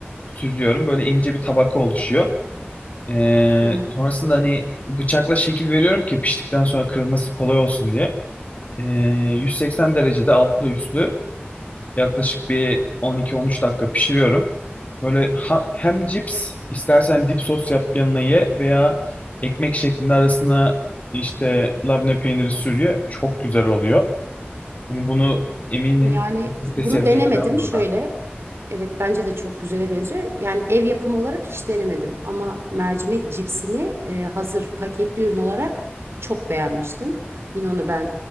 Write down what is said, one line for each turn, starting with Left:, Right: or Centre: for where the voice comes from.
Left: süzüyorum. Böyle ince bir tabaka oluşuyor. Ee,
Right: hı.
Left: sonrasında hani bıçakla şekil veriyorum ki piştikten sonra kırılması kolay olsun diye. Ee, 180 derecede altlı üstlü yaklaşık bir 12-13 dakika pişiriyorum. Böyle ha- hem cips istersen dip sos yap yanına ye veya ekmek şeklinde arasına işte labne peyniri sürüyor. Çok güzel oluyor. Hani bunu eminim
Right: Yani
Left: çok
Right: bunu
Left: da sevecekler
Right: denemedim
Left: olurlar.
Right: şöyle. Evet bence de çok güzele benziyor. Yani ev yapımı olarak hiç denemedim ama mercimek cipsini e, hazır paketli ürün olarak çok beğenmiştim. Yine onu ben